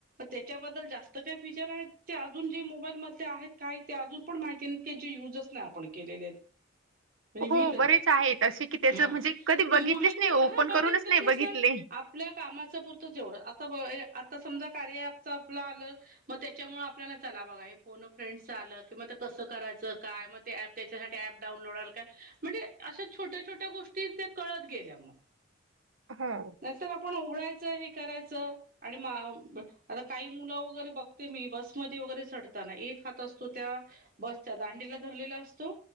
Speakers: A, on the right; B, on the right.
A: त्याच्याबद्दल जास्त काय फीचर आहे. ते अजून जे मोबाईलमध्ये आहेत. काय ते अजून पण माहिती जे युजस नाही आपण केलेले. म्हणजे
B: हो
A: मी तरी.
B: बरेच आहेत असे की त्याच
A: हा
B: म्हणजे कधी
A: माहिती
B: बघितलेच नाही
A: हा
B: ओपन
A: बघितलंच
B: करूनच नाही
A: नसत
B: बघितले
A: आणि आ -- पल्या कामाच पुरतं जेवढं आता बघा या आ आता समजा कार्या ॲपच आपल आलं, मग त्याच्यामुळे आपल्याला चला बघा हे. फोन अ फ्रेंड आलं कि, मग ते कसं करायचं काय? मग ते त्याच्यासाठी ॲप डाऊन लोड काय, म्हणजे अशा छोट्या छोट्या गोष्टी ते कळत गेल्या मग.
B: हो
A: नाहीतर आपण उघडायचं हे- करायच आणि म आ, आता काही मुलं वगैरे बघते मी, बसमध्ये वगैरे चढ एक हात असतो त्या बसच्या दांडीला धरलेला असतो,